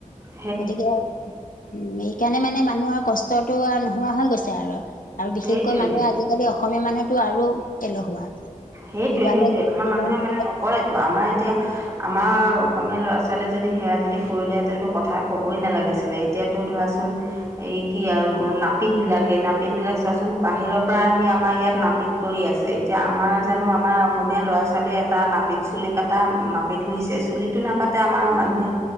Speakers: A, on the right; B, on the left.
A: উ <unintelligible>
B: গতিকে উ এইকাৰণে মানে মানুহৰ কষ্টতটো আৰু নোহোৱা হৈ গৈছে আৰু আৰু বিশেষকৈ
A: সেইটোৱে
B: মানে মানুহে আজিকালি অসমীয়া মানুহেতো আৰু এলেহুৱা
A: সেইটোৱে
B: কিবা
A: সেইটোয়ে‌
B: এটা কৰিবলৈ
A: আমাৰ মানুহে মানে
B: কিবা
A: নকৰেতো আমাৰ এতিয়া আমাৰ অসমীয়া ল'ৰা ছোৱালীয়ে যদি সেয়া যদি কৰিলেহেঁতেনো কথা ক'বই নালাগিছিলে এতিয়াতো ধৰাচোন এই কি আৰু নাপিতবিলাকে এই নাপিতবিলাক চোৱাচোন বাহিৰৰ পৰা আহি আমাৰ ইয়াত নাপিত কৰি আছে এতিয়া আমাৰ জানো আমাৰ অসমীয়া ল'ৰা ছোৱালীয়ে এটা নাপিত চুলি কাটা নাপিত হৈছে চুলিটো ন তাতে আমাৰ মানুহে